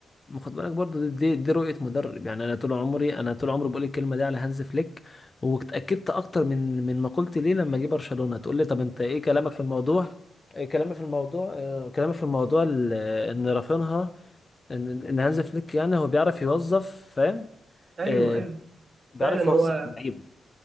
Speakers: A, on the left (about 25°); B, on the right (about 35°).
A: ما خد بالك برضه دي, دي دي رؤية مدرب يعني انا طول عمري انا طول عمري بقول الكلمة دي على هانز فليك واتأكدت اكتر من من ما قلت ليه لما جه برشلونة تقول لي طب انت ايه كلامك في الموضوع إيه كلامي في الموضوع آه، كلامي في الموضوع ال- ان رافينها ان ان هانز فليك يعني هو بيعرف يوظف فاهم
B: ايوه
A: آه
B: ايوه
A: بيعرف
B: فعلا
A: يوظف
B: هو
A: اللعيبه